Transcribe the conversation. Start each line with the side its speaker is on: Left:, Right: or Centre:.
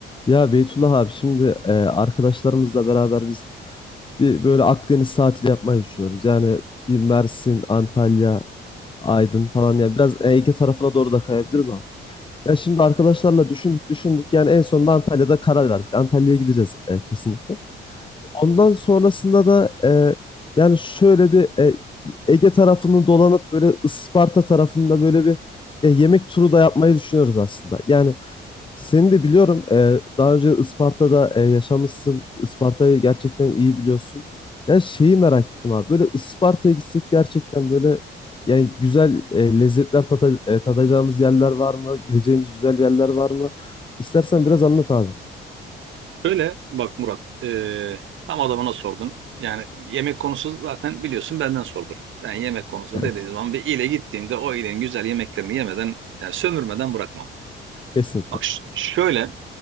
Left: Ya Beytullah abi şimdi e, arkadaşlarımızla beraber biz bir böyle Akdeniz tatili yapmayı düşünüyoruz. Yani bir Mersin, Antalya, Aydın falan ya biraz Ege tarafına doğru da kayabiliriz ama. Ya şimdi arkadaşlarla düşündük düşündük yani en sonunda Antalya'da karar verdik. Antalya'ya gideceğiz e, kesinlikle. Ondan sonrasında da e, yani şöyle bir e, Ege tarafını dolanıp böyle Isparta tarafında böyle bir e, yemek turu da yapmayı düşünüyoruz aslında. Yani seni de biliyorum. Ee, daha önce Isparta'da e, yaşamışsın. Isparta'yı gerçekten iyi biliyorsun. Yani şeyi merak ettim abi. Böyle Isparta'ya gitsek gerçekten böyle yani güzel e, lezzetler tata- e, tadacağımız yerler var mı? Gideceğimiz güzel yerler var mı? İstersen biraz anlat abi.
Right: Şöyle bak Murat, eee, tam adamına sordun. Yani yemek konusu zaten biliyorsun benden sordur. Ben yemek konusu
Left: Evet.
Right: dediğiniz zaman bir ile gittiğimde o ilenin güzel yemeklerini yemeden, yani sömürmeden bırakmam.
Left: Kesinlikle.
Right: Bak ş- şöyle,